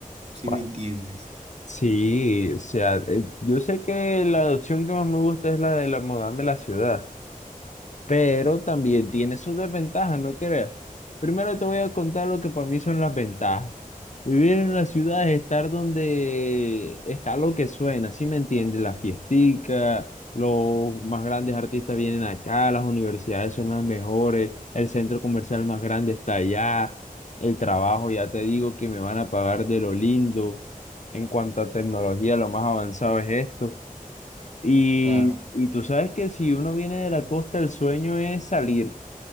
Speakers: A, on the right (about 45°); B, on the left (about 55°).
A: ¿Sí
B: Bueno,
A: me entiendes?
B: Sí, o sea, eh, yo sé que la opción que más me gusta es la de la mudarme a la ciudad. pero también tiene sus desventajas, ¿no creas? Primero te voy a contar lo que para mí son las ventajas. Vivir en la ciudad es estar donde está lo que suena, ¿sí me entiendes? Las fiesticas, los más grandes artistas vienen acá, las universidades son las mejores, el centro comercial más grande está allá, el trabajo, ya te digo que me van a pagar de lo lindo. En cuanto a tecnología, lo más avanzado es esto. Y,
A: Claro,
B: y tú sabes que si uno viene de la costa, el sueño es salir,